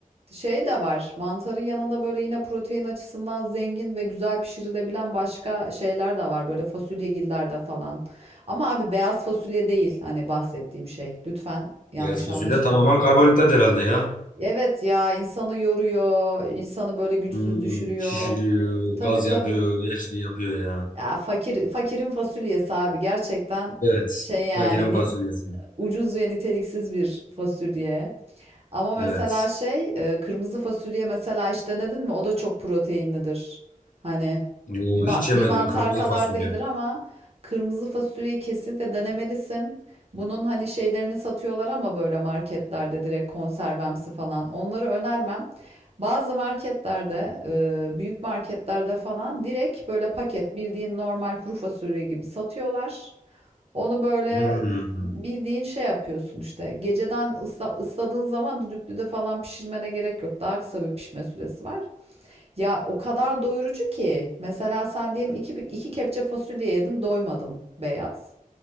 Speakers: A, on the right; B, on the left.
A: Şey de var. Mantarın yanında böyle yine protein açısından zengin ve güzel pişirilebilen başka şeyler de var. Böyle fasulyegillerde falan. Ama abi beyaz fasulye değil hani bahsettiğim şey. Lütfen yanlış
B: Beyaz fasulye
A: anlaşılmasın.
B: tamamen karbonhidrat herhalde ya.
A: Evet ya insanı yoruyor, insanı böyle güçsüz
B: Hmm,
A: düşürüyor.
B: şişiriyor,
A: Tabii
B: gaz
A: tabii.
B: yapıyor, her şeyi yapıyor ya.
A: Ya fakir fakirin fasulyesi abi gerçekten
B: Evet.
A: şey yani
B: Fakirin
A: ni-
B: fasulyesi.
A: ucuz ve niteliksiz bir fasulye. Ama mesela
B: Evet.
A: şey e, kırmızı fasulye mesela hiç denedin mi? O da çok proteinlidir. Hani
B: Yo,
A: bir, man-
B: hiç yemedim
A: bir mantar
B: kırmızı
A: kadar
B: fasulye.
A: değildir ama kırmızı fasulyeyi kesinlikle denemelisin. Bunun hani şeylerini satıyorlar ama böyle marketlerde direkt konservemsi falan. Onları önermem. Bazı marketlerde, e, büyük marketlerde falan direkt böyle paket bildiğin normal kuru fasulye gibi satıyorlar. Onu böyle
B: Hmm.
A: bildiğin şey yapıyorsun işte. Geceden ısla, ısladığın zaman düdüklüde falan pişirmene gerek yok. Daha kısa bir pişme süresi var. Ya o kadar doyurucu ki. Mesela sen diyelim iki, iki kepçe fasulye yedin doymadın beyaz.